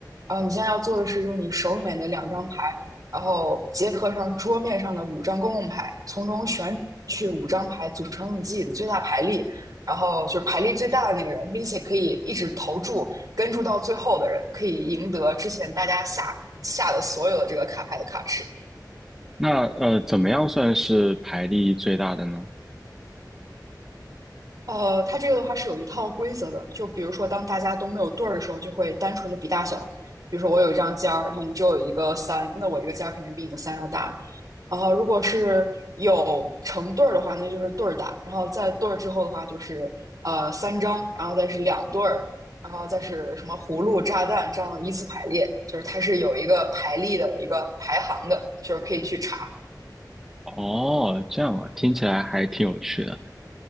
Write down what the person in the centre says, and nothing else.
那呃，怎么样算是牌力最大的呢？
哦，这样啊，听起来还挺有趣的。